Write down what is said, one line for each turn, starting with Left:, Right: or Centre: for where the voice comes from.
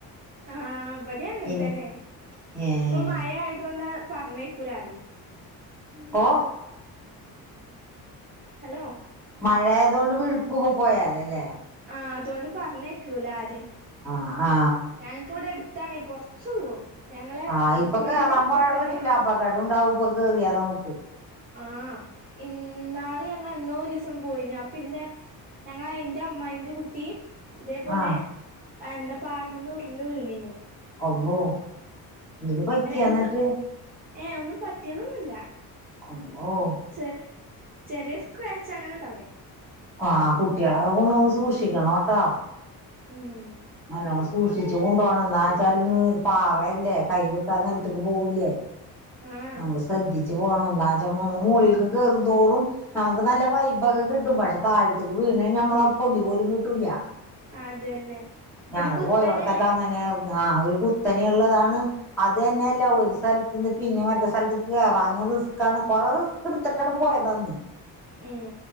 Right: ആഹ് ഇവിടെ അങ്ങനെ
Centre: ഇനി
Right: തന്നെ
Centre: ഏ
Right: ഇപ്പൊ മഴ ആയതൊണ്ട് പറഞ്ഞേക്കൂല ആരേം
Centre: ഓ
Right: ഹലോ
Centre: മഴയായതുകൊണ്ട് വിഴുക്കുംഒക്കെ പോയല്ലോ അല്ലേ
Right: ആഹ അതുകൊണ്ട് പറഞ്ഞേക്കൂല ആരും
Centre: ആ ആ
Right: ഞാൻ ഇവിടെ എടുത്താണേ കൊറച്ചുള്ളൂ ഞങ്ങളെ
Centre: ആ ഇപ്പൊ
Right: വീടിന്റെ
Centre: കേറാൻ
Right: അപ്പുറത്ത
Centre: പോ
Right: തന്നെ
Centre: പറ്റൂല അപകടം ഉണ്ടാവും ഇപ്പൊക്ക് കേയറിയാ നമുക്ക്
Right: ആഹ് ഇന്നാളി ഞങ്ങള് എന്നോ ഒരു ദിവസം പോയിന്നു അപ്പൊ ഇന്റെ ഞങ്ങളെ എന്റെ അമ്മായിന്റെ കുട്ടി ട്ടീം ഇതേപോലെ
Centre: ആ
Right: എന്താ പാറമന്ന് ഉരുണ്ടു വീണീന്നു
Centre: അള്ളോ എന്തെങ്കിലും പറ്റിയോ
Right: എന്ത്
Centre: എന്നിട്ട്
Right: ഏഹ് ഒന്നും പറ്റിയതൊന്നുമില്ല
Centre: അള്ളോ
Right: ചെ ചെറിയ സ്ക്രാച്ച് അങ്ങനെ ഉണ്ടാവല്ലേ
Centre: ആഹ് കുട്ടികളൊക്കെ കൊണ്ടുപോവുമ്പം സൂക്ഷിക്കണട്ടോ
Right: ഉം
Centre: നല്ലോണം സൂക്ഷിച്ച് കൊണ്ട് പോണം എന്നാചാല് പാറയല്ലേ കൈവിട്ടാ നിലത്തേക്ക് പോകൂല്ലേ
Right: ആഹ്
Centre: നമ്മള് ശ്രദ്ധിച്ചു പോണം എന്താന്ന് വെച്ച നമ്മൾ മോളിക്ക് കയറും തോറും നമുക്ക് നല്ല വൈബൊക്കെ കിട്ടും പക്ഷെ താഴത്തേക്ക് വീണ് കഴിഞ്ഞാൽ നമ്മളെ പൊടി പോലും കിട്ടൂല
Right: അതന്നെ
Centre: ഞങ്ങള്
Right: ഒരു കുത്തനല്ലേ
Centre: പോയോടുത്തൊക്കെ അങ്ങനെ ആയിരുന്നു ഒരു കുത്തനെള്ളതാണ്
Right: ആഹ്
Centre: അത് തന്നെയല്ല ഒരു സ്ഥലത്ത് നിന്ന് പിന്നെ മറ്റേ സ്ഥലത്ത് കേറാനും റിസ്ക്കാണ് കൊറേ റിസ്ക് കിടുത്തിട്ടാണ് പോയതാന്ന്
Right: ഉം